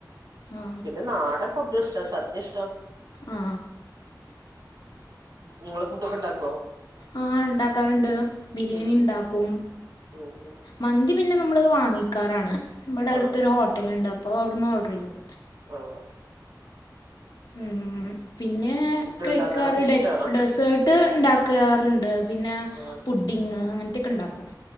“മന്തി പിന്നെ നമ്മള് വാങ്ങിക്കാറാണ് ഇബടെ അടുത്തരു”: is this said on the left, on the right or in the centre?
Left